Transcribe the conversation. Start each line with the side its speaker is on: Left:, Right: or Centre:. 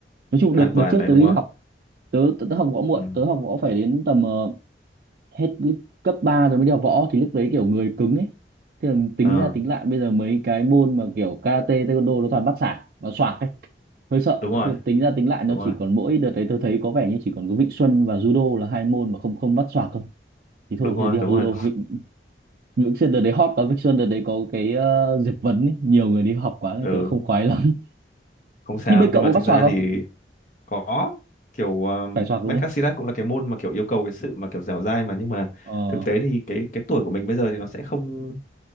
Right: nói chung đợt
Left: an toàn
Right: đợt trước
Left: đấy
Right: tớ
Left: đúng
Right: đi
Left: không
Right: học tớ tớ, tớ học võ muộn
Left: ừ
Right: tớ học võ phải đến tầm ờ, hết cái cấp 3 rồi mới đi học võ thì lúc đấy kiểu người cứng ấy thế là tính
Left: ờ
Right: ra tính lại bây giờ mấy cái môn mà kiểu karate taekwondo nó toàn bắt sảng nó xoạc ấy hơi sợ
Left: đúng rồi
Right: thế tính ra tính lại nó
Left: đúng rồi
Right: chỉ còn mỗi đợt đấy tôi thấy có vẻ như chỉ còn có Vịnh Xuân và judo là hai môn mà không không bắt xoạc thôi thì thôi
Left: đúng rồi
Right: thì đi học
Left: đúng
Right: judo
Left: rồi
Right: Vịnh Vịnh Xuân đợt đấy hot quá Vịnh Xuân đợt đấy có cái ờ, Diệp Vấn ấy. nhiều người đi học quá nên
Left: <laughs> ừ
Right: tớ không khoái lắm <laughs>
Left: không sao
Right: nhưng bên cậu
Left: nhưng mà
Right: có bắt
Left: thực ra
Right: xoạc không
Left: thì có kiểu um,
Right: phải xoạc đúng
Left: Mencasilat
Right: không
Left: cũng là cái môn mà kiểu yêu cầu cái sự mà kiểu dẻo dai mà nhưng mà
Right: ờ
Left: thực tế thì cái cái tuổi của mình bây giờ thì nó sẽ không